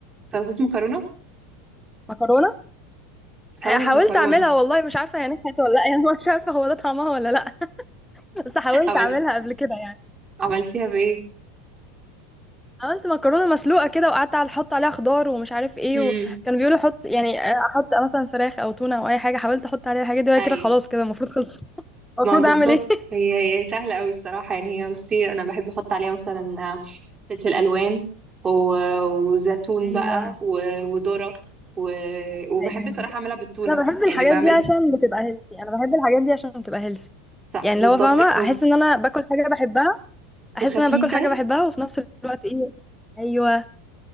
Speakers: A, on the right; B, in the centre.
A: سلطه مكرونه
B: مكرونه
A: سلطه
B: آه، حاولت
A: مكرونه
B: اعملها والله مش عارفه هي نجحت ولا لا <laughs> يعني مش عارفه هو ده طعمها ولا لا بس حاولت
A: عملت
B: اعملها قبل كده يعني
A: عملتيها بايه
B: عملت مكرونه مسلوقه كده وقعدت على احط عليها خضار ومش عارف ايه
A: امم
B: وكانوا بيقولوا حط يعني آه، احط مثلا فراخ او تونه او اي حاجه حاولت احط عليها الحاجات دي وهي
A: اي
B: كده خلاص كده المفروض خلصت المفروض
A: ما بالظبط
B: اعمل ايه
A: هي هي سهله قوي الصراحه يعني هي بصي انا بحب احط عليها مثلا فلفل الوان و- وزيتون
B: <laughs> ايوه
A: بقى و- وذره و- وبحب
B: ايوه
A: صراحه اعملها بالتونه
B: انا بحب
A: يعني
B: الحاجات
A: بعملها
B: دي عشان بتبقى هيلسي انا بحب الحاجات دي عشان بتبقى هيلسي
A: صح
B: يعني
A: بالظبط
B: لو فاهمه
A: كده.
B: احس ان انا باكل حاجه بحبها احس
A: وخفيفه
B: ان انا باكل حاجه بحبها وفي نفس الوقت ايه ايوه